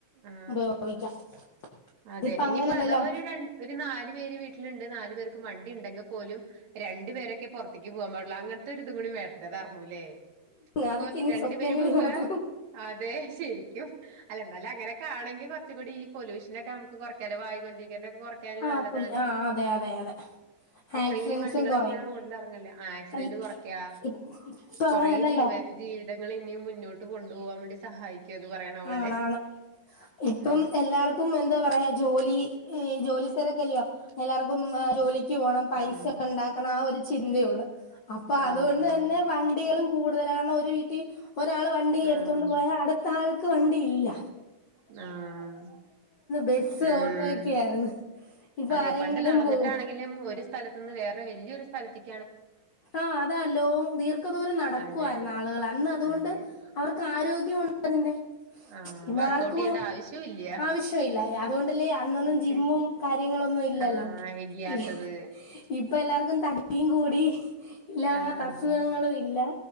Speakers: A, on the right; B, on the left.
A: ആഹ്
B: <unintelligible>
A: അതെ
B: ഇപ്പൊ
A: ഇനിപ്പോ
B: അങ്ങനല്ലല്ലോ
A: അഥവാ ഒരു രണ്ട് ഒരു നാല് പേര് വീട്ടിലുണ്ട് നാല് പേർക്കും വണ്ടി ഉണ്ടെങ്കിൽ പോലും രണ്ടു പേരൊക്കെ പുറത്തേക്ക് പോകാൻ പാടുള്ളൂ അങ്ങനത്തെ ഒരിതും കൂടി വരണ്ടതാർന്നൂല്ലേ ഇപ്പ
B: അതൊക്കെ ഇനി
A: രണ്ടു
B: സ്വപ്നങ്ങളിൽ
A: പേര് പോവാ
B: മാത്രം
A: അതെ ശരിക്കും അല്ല എന്നാലും അങ്ങനെ ആണെങ്കിൽ ക്ക് കുറച്ചും കൂടി ഈ പൊല്യൂഷൻ നൊക്കെ നമ്മക്ക് കുറക്കാല്ലോ വായും മലിനീ കരണം ഒക്കെ കുറക്കാനും
B: ആ
A: നല്ലതാണ്,
B: പുള്ളി ആ അതെ അതെ അതെ
A: അത്രയും
B: ആക്സിഡൻസും
A: വണ്ടികളൊക്കെ
B: കുറയും
A: ഇങ്ങനെ റോഡിൽ ഇറങ്ങല്ലേ ആക്സിഡന്റ്
B: ഇ-
A: കുറക്കാ,
B: ഇപ്പൊ അങ്ങനെയല്ലല്ലോ
A: കൊറെ ജീവൻ ജീവിത ങ്ങൾ ഇനിയും മുന്നോട്ട് പോണ തു പോവാൻ വേണ്ടി സഹായിക്കാണ് പറയണ പോലെ
B: ആണാണ് ഇപ്പം
A: ആ
B: എല്ലാവർക്കും എന്താ പറയാ ജോലി ഇ ജോലി തിരക്ക് അല്ലെയോ എല്ലാർക്കും ആ ജോലി ജോലിക്ക് പോണം പൈസ
A: ആഹ്
B: ഉണ്ടാക്കണം ആ ഒരു ചിന്തയുള്ളൂ അപ്പൊ
A: ആഹ്
B: അതുകൊണ്ട് തന്നെ വണ്ടികളും കൂടുതലാ കാരണം ഒരു വീട്ടി ഒരാൾ വണ്ടി എടുത്തു
A: ആഹ്
B: എടുത്തോണ്ട് പോയ അടുത്ത ആൾക്ക് ആൾക്ക് വണ്ടിയില്ല
A: ആഹ്
B: ബസ്
A: ഉം
B: ഓട്ടോ ഒക്കെ ആയിരുന്നു ഇപ്പൊ
A: അതെ
B: ആരെങ്കിലും
A: പണ്ട് നടന്നിട്ടാണെങ്കിലും
B: പോവും
A: ഒരു സ്ഥലത്തു നിന്ന് വേറെ വലിയൊരു സ് സ്ഥലത്തിക്ക്
B: ആഹ് അതാ ലോങ് ദീർഘദൂരം നടക്കുവായിരുന്നു
A: അതെ
B: ആളുകൾ അന്ന് അതുകൊണ്ട്
A: അതെ
B: അവർക്ക് ആരോഗ്യം ഗ്യവുണ്ട് അതിൻ്റെ
A: ആഹ്
B: ഇന്നാർക്കും
A: വർക്കഔട്ട് ചെയ്യേണ്ട ആവശ്യവും ഇല്ല
B: ആവശ്യമില്ല അതുകൊണ്ടല്ലേ അന്നൊന്നും
A: പ്രത്യേകിച്ച്
B: ജിമ്മും കാര്യങ്ങളൊന്നും ഇല്ലല്ലോ
A: ആഹ് ഇല്ലാത്തത്
B: ഈ ഇപ്പൊ ഇപ്പ എല്ലാവർക്കും തടിയും കൂടി ഹ് ഇല്ലാത്ത
A: ആഹ്
B: അസുഖങ്ങളും ഇല്ല